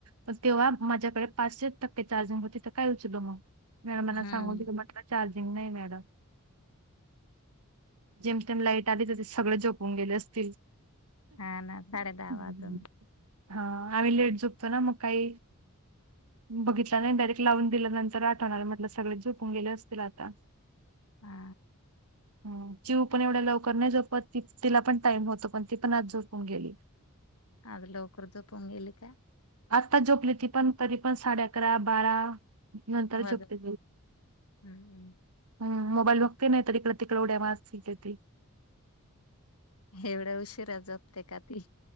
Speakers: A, on the right; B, on the left.
A: पण तेव्हा माझ्याकडे पाचशे टक्के चार्जिंग होती तर काय उचलू मग. मॅडमना
B: हम्म
A: सांगून दिली म्हटलं चार्ज रिंग नाही मिळालं जेम तेम लाईट आली सगळे झोपून गेले असतील.
B: हा ना साडे दहा
A: हम्म.
B: वाजून.
A: हा आम्ही लेट झोपतो ना मग काही बघितला नाही डायरेक्ट लावून दिल्या नंतर आठवणार आहे म्हटलं सगळे झोपून गेले असतील आता.
B: हा
A: हम चिऊ पण एवढ्या लवकर नाही झोपत तिला पण टाइम होतो पण ती पण आज झोपून गेली.
B: आज लवकर झोपून गेली काय?
A: आत्ताच झोपली ती पण तरी पण साडे अकरा बारा नंतर
B: वाजून
A: झोपते
B: हम्म
A: हम मोबाईल बघते नाही तर इकडे तिकडे उड्या मारत फिरते ती.
B: एवढया उशिरा झोपते का ती?